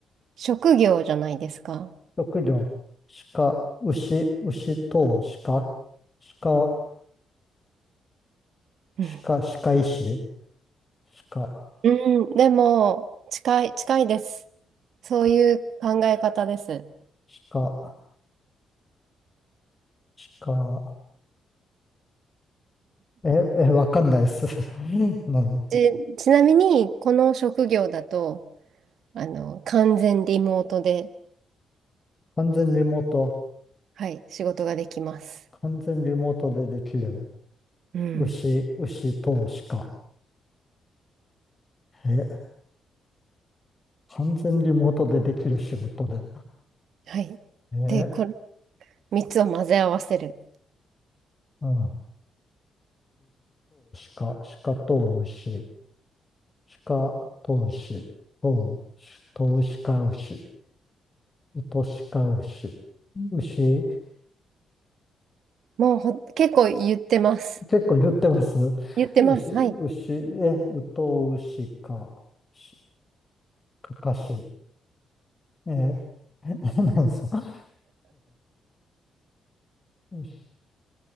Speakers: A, on the right; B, on the left.
A: 職業じゃないですか。
B: 職業、鹿、牛、牛等、鹿、鹿、
A: うん。
B: 鹿、鹿医師、鹿、
A: うん、でも、近い、近いです。そういう考え方です。
B: 鹿、鹿、え、え、わかんないです。<laughs> 何
A: ち、ちなみに、この職業だと、あの、完全リモートで、
B: 完全リモート、
A: はい、仕事ができます。
B: 完全リモートでできる。
A: うん。
B: 牛、牛等、鹿。え、完全リモートでできる仕事で。
A: はい。
B: え、
A: で、この3つを混ぜ合わせる。
B: うん。牛等、鹿、鹿等、牛、鹿等、牛、等、等、か牛。トシカウシ。牛、
A: もうほ、結構言ってます。
B: 結構言ってます
A: 言ってます。
B: 牛、牛、
A: はい。
B: え、ウトウシか、し、かかし、え、<laughs> え何ですか牛